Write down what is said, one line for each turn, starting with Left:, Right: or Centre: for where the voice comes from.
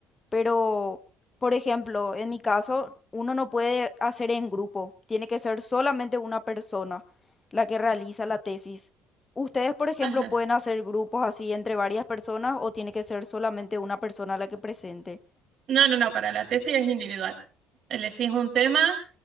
Left: pero, por ejemplo, en mi caso, uno no puede hacer en grupo, tiene que ser solamente una persona la que realiza la tesis. Ustedes, por ejemplo,
Right: <laughs>
Left: pueden hacer grupos así entre varias personas o tiene que ser solamente una persona la que presente.
Right: No, no, no, para la tesis es individual. Elegís un tema